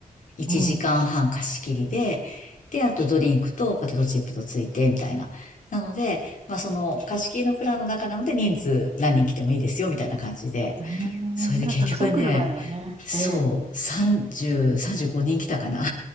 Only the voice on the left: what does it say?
1時間半貸し切りで、
で、あとドリンクとポテトチップとついて、みたいな。なので、まあその貸し切りのプランの中なので人数何人来てもいいですよ、みたいな感じで。
それで結局ね、
そう、
30、35人来たかな。